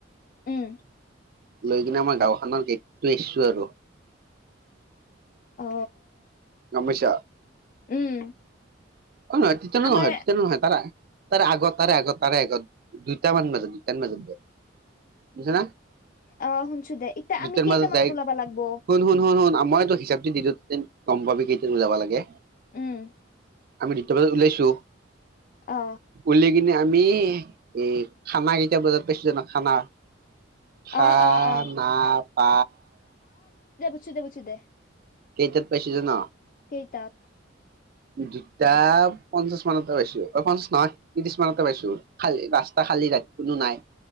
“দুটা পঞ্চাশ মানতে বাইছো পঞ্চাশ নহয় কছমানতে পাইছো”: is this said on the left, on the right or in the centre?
Right